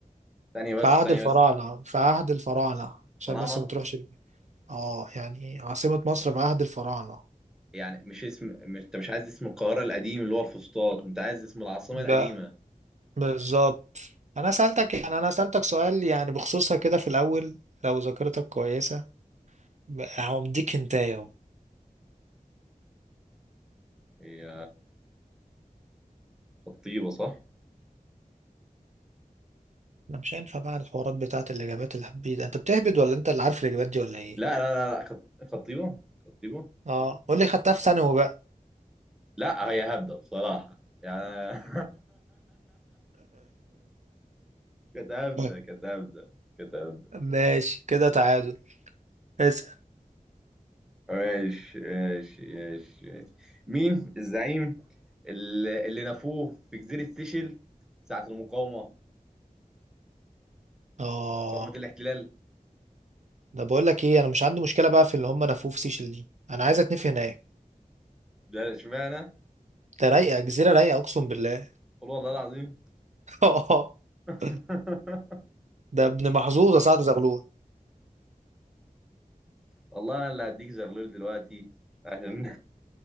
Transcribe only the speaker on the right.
في عهد
الفراعنة
في عهد الفراعنة عشان
بس ما تروحش ال- اه يعني عاصمة مصر في عهد الفراعنة
ده
بالظبط انا سألتك يعني انا سألتك سؤال يعني بخصوصها كده في الاول لو ذاكرتك كويسة هو مديك هنتاية اهو
انا مش هينفع بقى الحوارات بتاعت الاجابات الهبيد انت بتهبد ولا انت اللي عارف الاجابات دي ولا ايه
اه قول لي خدتها في ثانوي بقى
<laughs>
ماشي كده تعادل اسأل
اه
ده بقول لك ايه انا مش عندي مشكلة بقى في اللي هم نفوه في سيشل دي انا عايز اتنفي هناك
ده رايقة جزيرة رايقة اقسم بالله
<laughs>
ده ابن محظوظ يا سعد زغلول